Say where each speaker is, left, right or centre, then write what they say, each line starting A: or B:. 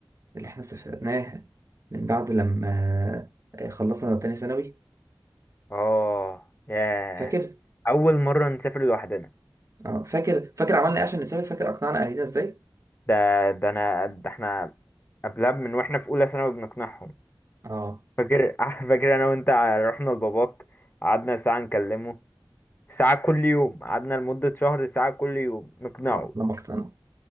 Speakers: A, on the right; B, on the left.
A: اللي احنا سافرناها من بعد لما خلصنا تاني ثانوي
B: اه ياه
A: فاكر
B: اول مرة نسافر لوحدنا
A: اه فاكر فاكر عملنا ايه عشان نسافر فاكر اقنعنا اهلنا ازاي
B: ده ده انا ده احنا قبلها من واحنا في اولى ثانوي بنقنعهم
A: اه
B: فاكر <laughs> فاكر انا وانت رحنا لباباك قعدنا ساعة نكلمه ساعة كل يوم قعدنا لمدة شهر ساعة كل يوم نقنعه
A: اه لما اقتنعوا